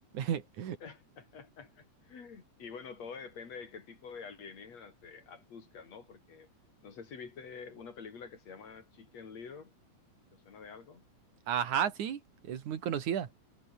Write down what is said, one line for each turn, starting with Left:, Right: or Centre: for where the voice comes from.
Right: <laughs>
Left: <laughs> Y bueno, todo depende de qué tipo de alienígenas te abduzcan, ¿no? Porque no sé si viste una película que se llama Chicken Little, ¿te suena de algo?
Right: Ajá, sí, es muy conocida.